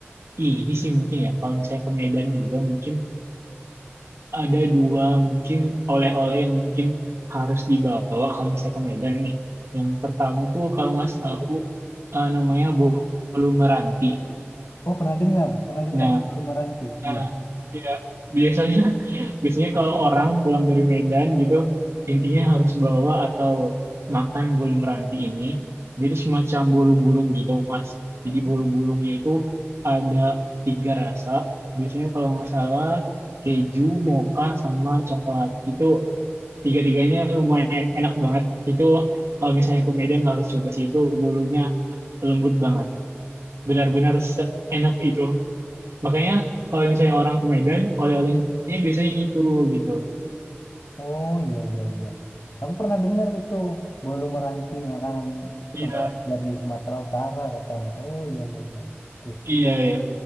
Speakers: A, on the right; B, on the left.
A: ini sih mungkin ya. Kalau misalnya ke Medan juga mungkin ada dua mungkin oleh-oleh yang mungkin harus dibawa kalau misalnya ke Medan nih. Yang pertama tuh kalau Mas tahu eh, namanya bolu meranti.
B: Oh, pernah dengar, pernah dengar.
A: Nah,
B: Belum meranti,
A: nah,
B: iya.
A: ya biasanya biasanya kalau orang pulang dari Medan gitu intinya harus bawa atau makan bolu meranti ini jadi semacam bolu gulung gitu mas jadi
B: Mm-mm.
A: bolu gulungnya itu ada tiga rasa biasanya kalau nggak salah keju mocha sama coklat itu tiga-tiganya lumayan enak banget itu kalau misalnya ke Medan harus coba sih itu bolunya lembut banget benar-benar enak itu makanya kalau misalnya orang ke Medan oleh-olehnya biasanya itu gitu
B: Oh iya iya iya. Aku pernah dengar itu bolu meranti makanan
A: Iya,
B: oleh-oleh dari Sumatera Utara katanya. Oh iya iya iya. Oke.
A: iya, iya.